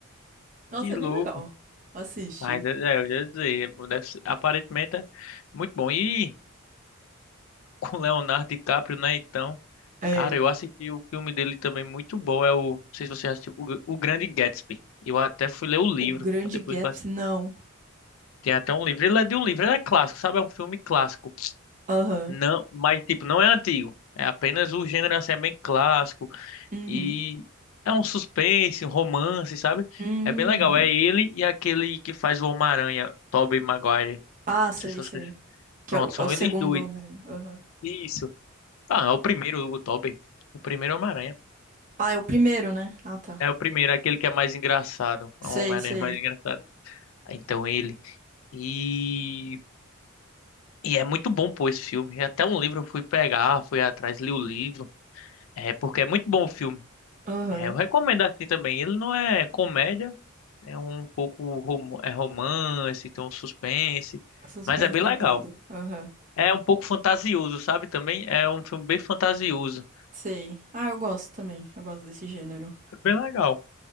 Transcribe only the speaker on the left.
Que
louco.
Mas é, é, eu já ia dizer, deve ser- aparentemente é muito bom. E com Leonardo DiCaprio, né? Então,
cara, eu assisti o filme dele também muito bom. É o, não sei se você já assistiu, o, Gr- o Grande Gatsby. Eu até fui ler o livro.
Depois
que eu
tem até um livro. Ele é de um livro, ele é clássico, sabe? É um filme clássico.
Não, mas tipo, não é antigo. É apenas o gênero assim, é bem clássico.
E é um suspense, um romance, sabe?
É bem legal. É ele e aquele que faz o Homem-Aranha, Tobey Maguire.
Não
sei se vocês.
Pronto,
são
eles dois.
Isso. Ah, é o primeiro, o Tobey. O primeiro Homem-Aranha.
É o primeiro, aquele que é mais engraçado.
É o Homem-Aranha
mais engraçado. Ah, Então ele. E. E é muito bom, pô, esse filme. É Até um livro eu fui pegar, fui atrás, li o livro. É, porque é muito bom o filme.
É, eu recomendo assim também. Ele não é comédia. É um pouco rom- é romance, tem um suspense,
mas é bem
legal.
É um pouco fantasioso, sabe? Também é um filme bem fantasioso.
É bem legal.